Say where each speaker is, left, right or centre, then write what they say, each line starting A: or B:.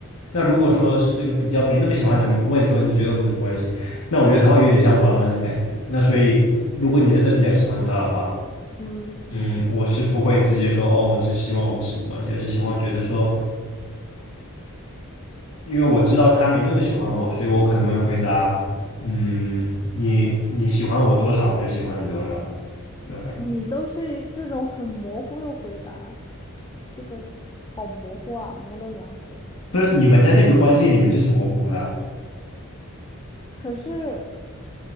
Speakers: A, on the left (about 65°); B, on the left (about 20°).
A: 那如果说是这个比较没那么喜欢的人问说你觉得我们什么关系，那我觉得他会有点像玩玩的感觉。那所以如果你真的比较喜欢他的话，
B: 嗯，
A: 嗯，我是不会直接说哦，我只希望我们什么关系，而是希望觉得说因为我知道他没那么喜欢我，所以我可能会回答，嗯，你你喜欢我多少，我就喜欢你多少，这种感觉。
B: 你都是这种很模糊的回答，这个好模糊啊，模棱两可。
A: 不是你们在这个关系里面就是模糊了，
B: 可是